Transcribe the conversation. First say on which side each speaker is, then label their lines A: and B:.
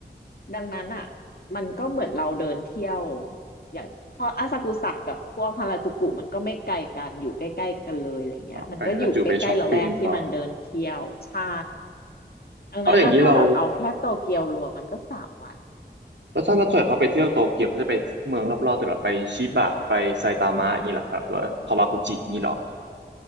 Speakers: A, on the left; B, on the right.
A: ดังนั้นอ่ะมันก็เหมือนเราเดินเที่ยวอย่างเพราะอาซากุสะกับพวกฮาราจูกุมันก็ไม่ไกลกันอยู่ใกล้ๆกันเลยอะไรเงี้ยมันก็อยู่ใกล้ๆละแวกที่มันเดินเที่ยวใช่
B: อ่าไปหาจูไปช้อปปิ้งต่อ
A: ดังนั้นอ่ะถ้าแบบเอาแค่โตเกียวรวมมันก็สามวัน
B: เอาอย่างนี้เราแล้วถ้าเราส่วนเขาไปเที่ยวโตเกียวเขาจะไปเมืองรอบๆแต่เหราไปชิบะไปไซตามะอย่างนี้เหรอครับหรือว่าคาวากุจิอย่างนี้เหรอ